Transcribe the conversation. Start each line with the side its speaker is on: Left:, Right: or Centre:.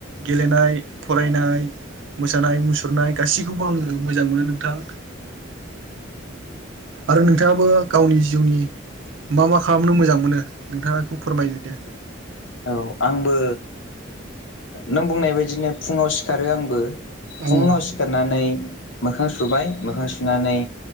Right: गेलेनाय -फरायनाय मोसानाय- मुसुरनाय गासैखौबो आङो मोजां मोनो नोंथां आरो नोंथाङाबो गावनि,,, जिउनि मा- मा खालामनो मोजां मोनो नोंथाङाखौ फोरमायदोदे
Left: औ आंबो नों बुंनाय बायदिनो फुङाव सिखारो आंबो,,
Right: उम
Left: फुङाव सिखारनानै मोखां सुबाय मोखां सुनानै,,